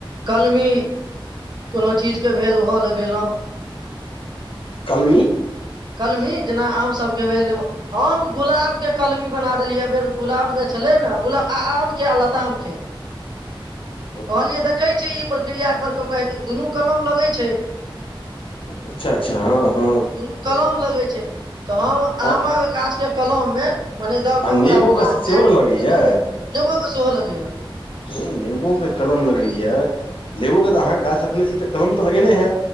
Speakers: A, on the right; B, on the left.
A: कलमी कोनो चीजके भेल ओहो लगेलहुँ।
B: कलमी
A: कलमी जेना आम सभके भेल एगो हम गुलाबके कलमी बना देलियै एहि बेर गुलाब जे छलै ने गुलाब आमके आ लतामके।
B: <inaudible>
A: कहलियै देखै छियै ई प्रक्रिया एकबर क के हेतै दुनू कलम लगै छैय।
B: अच्छा अच्छा हँ हँ
A: दुनू कलम लगै छैय त हम आमक
B: आ
A: गाछके कलम मे मने द
B: आ
A: क
B: नेबोके
A: ओकरा बनाके
B: सेहो
A: आ
B: ने लगैया
A: द देलियै नेबो के सेहो लगैया।
B: हूँ नेबो के कलम लगैया लेवोके त अहाँ गाछ रखने छी त कलम त लगेने है?